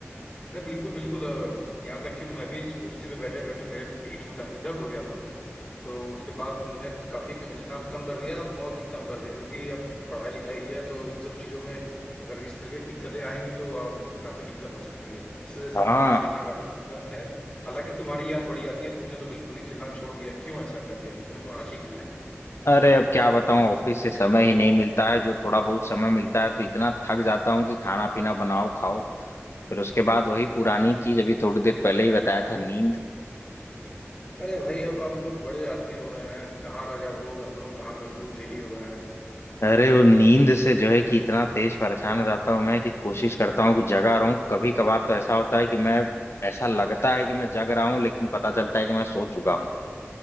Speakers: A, on the left (about 15°); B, on the left (about 60°).
A: अरे बिल्कुल बिल्कुल अ, यहाँ तक कि मैं भी कुर्सी पे बैठे बैठे मेरे भी पीठ में काफी दर्द हो गया था तो उसके बाद मुझे काफी खेलना कम कर दिया बहुत ही कम कर दिया क्योंकि अब पढ़ाई लिखाई है तो इन सब चीजों में अगर इस तरह की दिक्कतें आएंगी तो आप काफी दिक्कत हो सकती है इस वजह से
B: हाँ
A: हम लोग खेलना काफी कम कर दिया है हालांकि तुम्हारी याद बड़ी आती है तुमने तो बिल्कुल ही खेलना छोड़ दिया क्यों ऐसा कर दिया तुम्हें तो आना चाहिए खेलने
B: अरे अब क्या बताऊं ऑफिस से समय ही नहीं मिलता है जो थोड़ा बहुत समय मिलता है तो इतना थक जाता हूँ कि खाना पीना बनाओ खाओ फिर उसके बाद वही पुरानी चीज अभी थोड़ी देर पहले ही बताया था नींद
A: अरे भाई अब आप लोग बड़े आदमी हो गए हैं कहाँ राजा भोग और हम लोग कहाँ गंगू तेली हो गए हैं
B: अरे वो नींद से जो है कि इतना तेज परेशान हो जाता हूँ मैं कि कोशिश करता हूँ कि जगा रहूं कभी कभार तो ऐसा होता है कि मैं ऐसा लगता है कि मैं जग रहा हूँ लेकिन पता चलता है कि मैं सो चुका हूँ